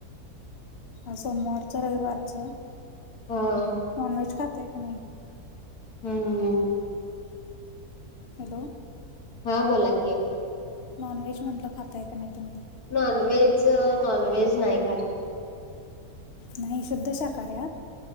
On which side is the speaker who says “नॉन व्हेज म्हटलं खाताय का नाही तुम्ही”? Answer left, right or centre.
Left